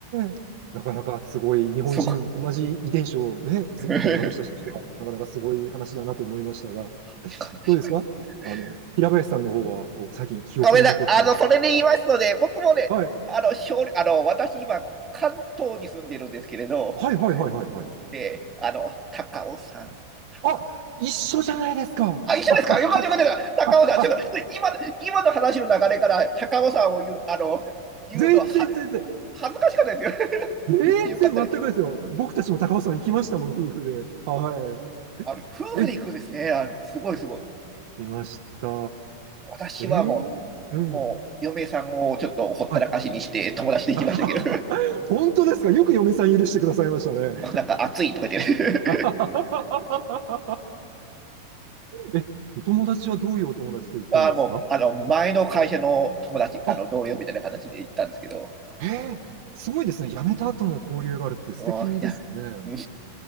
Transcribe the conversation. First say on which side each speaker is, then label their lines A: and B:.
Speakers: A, on the right; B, on the right.
A: え、なかなかすごい、日本人、
B: すごい。
A: 同じ遺伝子をね、ついている私たちとしては、
B: <laughs>
A: なかなかすごい話だなと思いましたが、
B: すごい。確かに確か
A: どうですかあの、平林さんの方は、
B: に。
A: こう、最近記憶に残った。
B: ごめんなさい。あの、それで言いますので、僕もね、
A: はい。
B: あの、勝利あの私今、関東に住んでるんですけれど、
A: はいはいはいはいはい。
B: で、あの、高尾さん、高尾。
A: あ、一緒じゃないですか。
B: あ、一緒ですかよかったよかった高尾さん、
A: あ、あ、あ、あ、
B: ちょっと今の、
A: あ
B: 今の話の流れから高尾さんを言う、あの、言うのはは
A: 全然全然。
B: 恥ずかしかったですよ。<laughs>
A: 全然全くですよ。
B: 言ってよかったです。
A: 僕たちも高尾山行きましたもん、夫婦で。は
B: あの、夫婦で行くんですね。
A: い。え、
B: あ、すごいすごい。
A: 来ました。
B: 私はも
A: えー、うん。
B: う、もう、嫁さんをちょっとほったらかしにして友達で行きましたけど、
A: はい。<laughs> 本当ですかよく嫁さん許してくださいましたね。
B: <laughs> なんか暑いとか言って
A: <laughs> え、お友達はどういうお友達と行ったんですか
B: <laughs> あ、もう、あの、前の会社の友達、
A: あ、
B: あの、同僚みたいな形で行ったんですけど、
A: えー、すごいですね。辞めた後も交流があるって素敵ですね。
B: うん、いや、うん